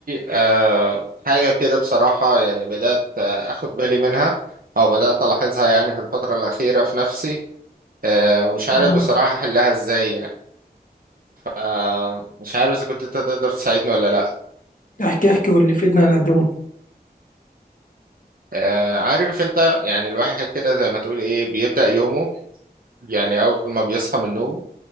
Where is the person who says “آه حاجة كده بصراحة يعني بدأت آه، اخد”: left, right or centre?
Right